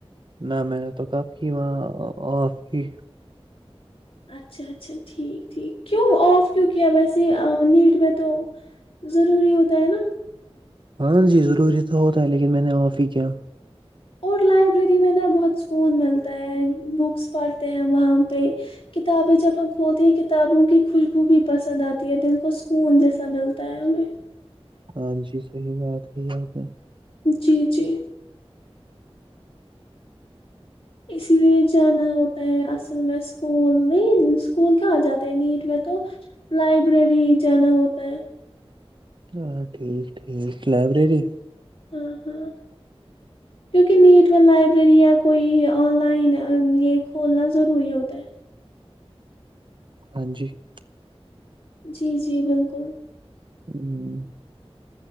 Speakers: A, on the right (about 50°); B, on the left (about 60°).
A: نہ میں نے تو کب کی وہاں آف کی
B: اچھا اچھا ٹھیک ٹھیک کیوں آف کیوں کیا ویسے نیٹ میں تو ضروری ہوتا ہے نا
A: ہاں جی ضروری تو ہوتا ہے لیکن میں نے آف ہی کیا
B: اور لائبریری میں نا بہت سکون ملتا ہے بکس پڑھتے ہیں وہاں پہ کتابیں جب ہم کھولتے ہیں کتابوں کی خوشبو بھی پسند آتی ہے دل کو سکون جیسا ملتا ہے ہمیں
A: ہاں جی صحیح بات رہ آپ نے
B: جی جی اسی لیے جانا ہوتا ہے اصل میں اسکول نہیں اسکول کیا آ جاتے ہیں نیٹ میں تو لائبریری جانا ہوتا ہے
A: ہاں ٹھیک ٹھیک لائبریری
B: ہاں ہاں کیونکہ نیٹ میں لائبریری یا کوئی آن لائن یہ کھولنا ضروری ہوتا ہے <unintelligible>
A: ہاں جی <unintelligible>
B: جی جی بالکل <unintelligible>
A: ہوں <unintelligible>